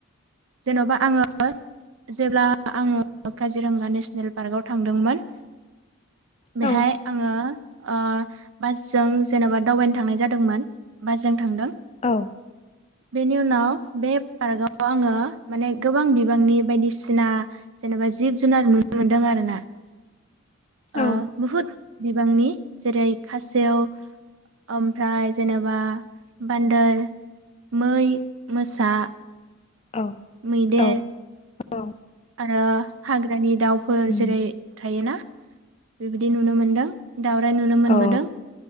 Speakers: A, on the right; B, on the left.
A: जेनबा आङो जेब्ला आङो काजिरोंगा नेसनेल पार्कआव थांदोंमोन
B: औ
A: बेहाय आङो ओ बासजों जेनेबा दावबायनो थांनाय जादोंमोन। बासजों थांदों।
B: औ
A: बेनि उनाव बे पार्कआव आङो माने गोबां बिबांनि बायदिसिना जेनेबा जिब जुनार नुनो मोनदों आरोना ओह
B: औ
A: बुहुद बिबांनि जेरै खासेव ओमफ्राय जेनेबा बान्दोर, मै, मोसा।
B: औ
A: मैदेर।
B: औ औ
A: आरो हाग्रानि दाउफोर
B: उम
A: जेरै थायोना। बेबायदि नुनो मोनदों। दावराय नुनो मोनबोदों
B: औ